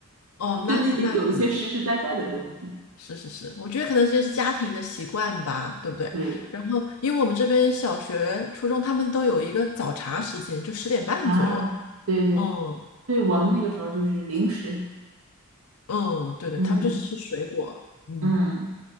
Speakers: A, on the left; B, on the right.
A: 哦，
B: <laughs> 就那得有一些实实在在的东西。
A: 那那可能是是是，我觉得可能这是家庭的习惯吧，对不对？
B: 对
A: 然后，因为我们这边小学、初中他们都有一个早茶时间，就十点半左右。
B: 啊，对对
A: 嗯
B: 对，我们那个时候就是零食，
A: 嗯，对对，
B: 嗯
A: 他们就是吃水果，嗯，
B: 嗯，